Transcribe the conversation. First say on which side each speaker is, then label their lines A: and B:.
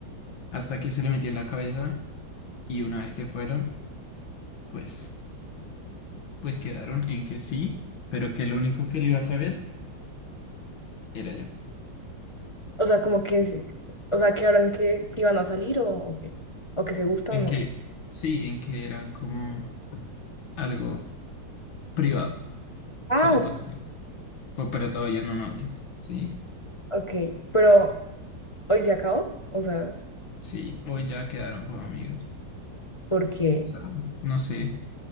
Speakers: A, on the left; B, on the left.
A: Hasta que se le metió en la cabeza y una vez que fueron, pues, pues quedaron en que sí, pero que lo único que le iba a saber era yo.
B: O sea, como que, se- o sea, que ahora que iban a salir o, o qué, o que se gustan
A: En que,
B: o...
A: sí, en que eran como algo privado,
B: Ah,
A: pero
B: ok,
A: todavía, o- pero todavía no novios, ¿sí?
B: ok, pero hoy se acabó, o sea,
A: Sí, hoy ya quedaron como amigos.
B: porque
A: O sea, no sé,